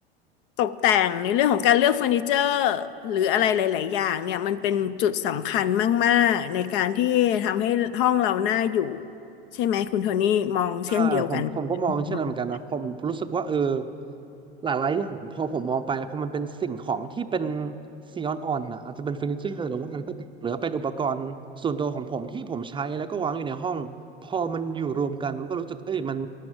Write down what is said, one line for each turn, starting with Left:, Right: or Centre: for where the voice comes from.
Left: ตกแต่งในเรื่องของการเลือกเฟอร์นิเจอร์หรืออะไรหลายๆอย่างเนี่ยมันเป็นจุดสำคัญมากๆในการที่ทำให้ห้องเราน่าอยู่ ใช่ไหมคุณโทนี่มองเช่นเดียวกัน
Right: ใช่ผมผมก็มองเช่นนั้นเหมือนกันนะผมรู้สึกว่าเออ
Left: ม
Right: หลายๆอย่างพอผมมองไปพอมันเป็นสิ่งของที่เป็นซีออนออนนะอาจจะเป็นเฟอร์นิเจอร์หรือว่าอะไรก็ตามหรือว่าเป็นอุปกรณ์ส่วนตัวของผมที่ผมใช้แล้วก็วางอยู่ในห้องพอมันอยู่รวมกันมันก็รู้สึกเอ้ยมัน